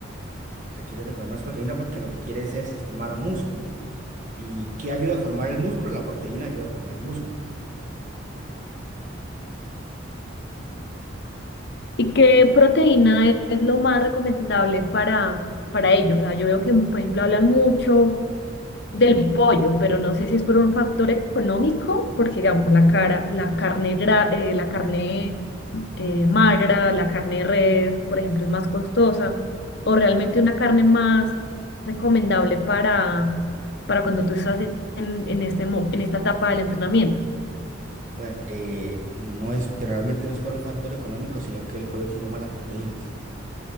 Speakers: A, on the right; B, on the left.
A: requieres de comer más proteína porque lo que quieres es formar músculo. ¿Y qué ayuda a formar el músculo? La proteína ayuda a formar el músculo.
B: y qué proteína es, es lo más recomendable para, para ellos. O sea, yo veo que, por ejemplo, hablan mucho. del pollo, pero no sé si es por un factor económico, porque digamos la cara, la carne gra- eh, la carne eh, magra, la carne de res, por ejemplo, es más costosa, o realmente una carne más recomendable para, para cuando tú estás en, en este, mo- en esta etapa del entrenamiento.
A: Bueno, eh, no es, realmente no es por un factor económico, sino que el pollo tiene buenas proteínas.